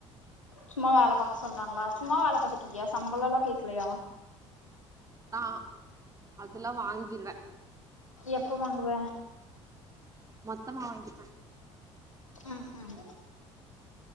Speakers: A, on the left; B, on the right.
A: சும்மா வேல பாக்க சொல்றாங்ளா சும்மா வேல பாத்துட்ருக்கியா சம்பளோல்லா கேக்லயா
B: நா அதல்லா வாங்கிருவே
A: எப்ப வாங்குவ
B: மொத்தமா வாங்கிப்பே
A: ம் உம்